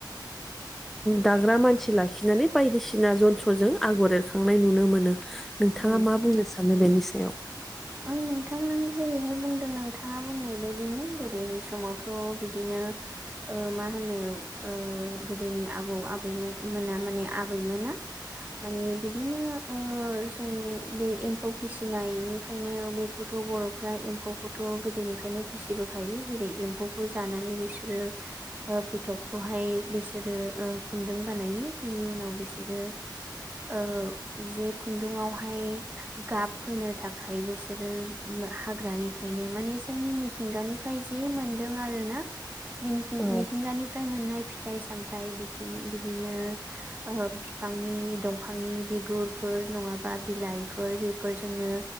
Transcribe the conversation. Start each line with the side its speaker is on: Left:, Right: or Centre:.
Centre: दाग्रा मानसि लाखि लाखिनानै बायदिसिना जन्थ्रजों आगर एरखांनाय नुनो मोनो नोंथाङा
Right: उम
Centre: मा बुंनो सानो बेनि सायाव
Right: औ नोंथां नों जेरैहाय बुंदों नोंथाङा बुंनाय बदिनो गोदोनि समावथ' बिदिनो ओ मा होनो
Centre: <unintelligible>
Right: ओ
Centre: <inaudible>
Right: गोदोनि आबौ आबैमोन मोना माने आबैमोना माने बिदिनो ओ जों बे एम्फौ फिसिनायनि फ्रायनो बेखौथ' बर'फ्रा एम्फौखौथ' गोदोनिफ्रायनो फिसिबोखायो जेरै एम्फौखौ जानानै नि बिसोरो ओ फिथबखौ हाय बिसोरो ओ खुन्दुं बानायो बिनि उनाव बिसोरो ओ जे खुन्दुंआवहाय गाब होनो था खाय बिसोरो हाग्रानिफ्रायनो माने जोंनि मिथिंगानिफ्राय जि मोनदों आर ना। ना मिनि मिथिंगानिफ्राय
Centre: औ
Right: मोननाय फिथ फिथाइ सामथाय मिथिनो बिदिनो बिदिनो ओ बिफांनि दंफांनि बिगुरफोर फोर नङाबा बिलाइफोर बेफोरजोंनो